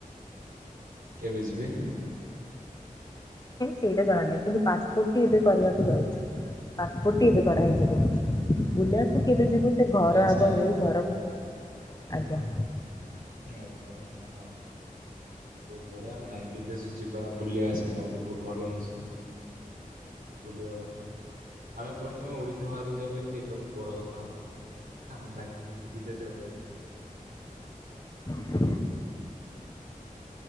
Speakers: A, on the right; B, on the left.
A: କେବେ ଯିବେ
B: ସେଇଟା ଜଣ ନାହିଁ କିନ୍ତୁ ପାସପୋର୍ଟ ଟି ଏବେ କରିବାକୁ ଯାଉଛ ପାସପୋର୍ଟଟି ଏବେ କରାହଇଯିବ ବୁଲିବାକୁ କେବେ ଯିବୁ ସେ ଘର
A: ଆଚ୍ଛା
B: ଆଗ ହେଉ ଘର କରି ଆଜ୍ଞା
A: ଆଛା ଆଚଛା ଆ ବହୁତ ବଢିଆ ନାଇଁ ବିଦେଶ ଯିବା ବୁଲିବା ସେଇଟା ଗୋଟେ ବହୁତ ଭଲ ଜିନିଷ ବୁଲିବା କଥା ଆମେ ପ୍ରଥମେ ଓଡିଶା ବାହାରକୁ ଯାଉ ସେଇଟା ବହୁତ ବଡ କଥା ହ ବାକି ଦିଦସ କଥା ଦେିବା
B: ଆପଣ ବଟୀ